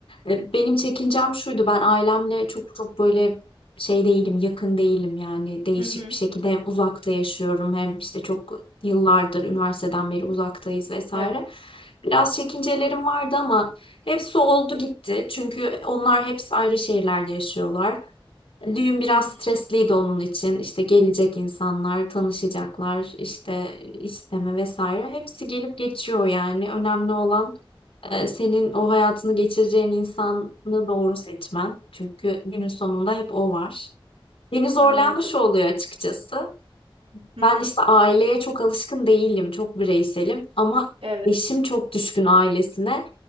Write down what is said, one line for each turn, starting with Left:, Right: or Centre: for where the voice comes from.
Left: E, benim çekincem şuydu ben ailemle çok çok böyle şey değilim yakın değilim yani değişik
Right: Hı hı.
Left: bir şekilde hem uzakta yaşıyorum hem işte çok yıllardır üniversiteden beri uzaktayız vesaire.
Right: Evet.
Left: Biraz çekincelerim vardı ama hepsi oldu gitti çünkü onlar hepsi ayrı şehirlerde yaşıyorlar. Düğün biraz
Right: Hı hı.
Left: stresliydi onun için. İşte gelecek insanlar, tanışacaklar, işte isteme vesaire. Hepsi gelip geçiyor yani. Önemli olan e, senin o hayatını geçireceğin insanı doğru seçmen. Çünkü günün sonunda hep o var. Beni zorlayan
Right: Anladım.
Left: da şu oluyor açıkçası.
Right: Hı
Left: Ben
Right: hı.
Left: işte aileye çok alışkın değilim, çok bireyselim ama
Right: Evet.
Left: eşim çok düşkün ailesine.